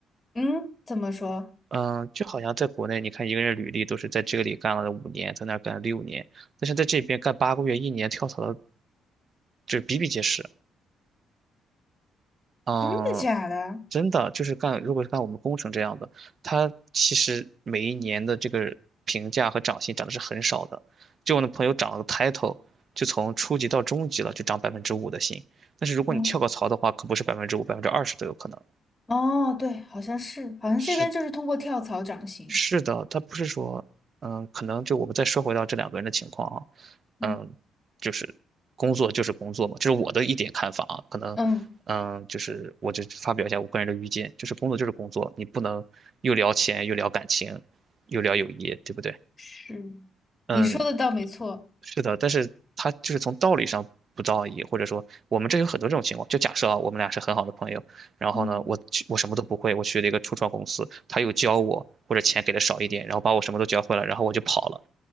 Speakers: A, on the left (about 20°); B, on the right (about 50°).
A: 嗯，怎么说？
B: 嗯、就好像在国内，你看一个人履历都是在这里干了五年，在那儿干了六年，但是在这边干八个月、一年跳槽的，就是比比皆是。嗯，
A: 真的假的？
B: 真的就是干，如果是干我们工程这样的，他其实每一年的这个评价和涨薪涨的是很少的。就我那朋友涨了个 title，就从初级到中级了，就涨百分之五的薪。但是如果你跳个槽的话，
A: 哦
B: 可不是百分之五、百分之二十都有可能，
A: 哦，对，好像是，好像这边就是通过跳槽涨薪。
B: 是是的，他不是说，嗯，可能就我们再说回到这两个人的情况啊，
A: 嗯
B: 嗯，就是工作就是工作嘛，这是我的一点看法啊，可能，
A: 嗯，
B: 嗯，就是我就发表一下我个人的意见，就是工作就是工作，你不能又聊钱又聊感情，又聊友谊，对不对？
A: 是，
B: 嗯，
A: 你说的倒没错。
B: 是的，但是他就是从道理上不道义，或者说我们这有很多这种情况。就假设啊，我们俩是很好的朋友，然后呢，
A: 嗯
B: 我去我什么都不会，我去了一个初创公司，他又教我，或者钱给的少一点，然后把我什么都教会了，然后我就跑了，